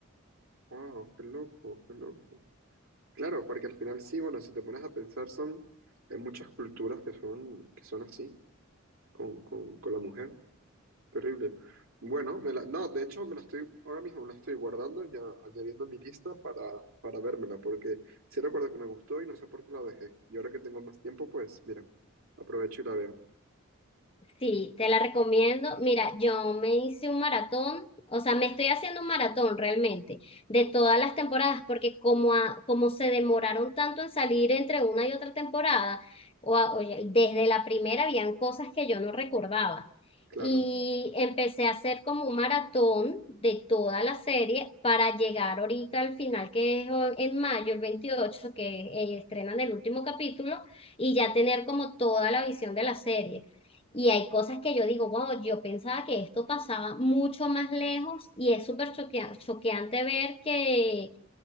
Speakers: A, on the right; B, on the left.
A: wow, qué loco, qué loco. Claro, porque al final sí, bueno, si te pones a pensar, son, hay muchas culturas que son, que son así, con, con, con la mujer. Terrible. Bueno, me la, no, de hecho me la estoy, ahora mismo me la estoy guardando, ya añadiendo a mi lista para, para vérmela, porque sí recuerdo que me gustó y no sé por qué la dejé. Y ahora que tengo más tiempo, pues mira, aprovecho y la veo.
B: Sí, te la recomiendo. Mira, yo me hice un maratón, o sea, me estoy haciendo un maratón realmente de todas las temporadas, porque como, a- como se demoraron tanto en salir entre una y otra temporada, o, a- oye, desde la primera habían cosas que yo no recordaba.
A: Claro.
B: Y empecé a hacer como un maratón de toda la serie para llegar ahorita al final, que es hoy- en mayo, el 28 que eh, estrenan el último capítulo, y ya tener como toda la visión de la serie. Y hay cosas que yo digo, wow, yo pensaba que esto pasaba mucho más lejos y es súper choquea- choqueante ver que,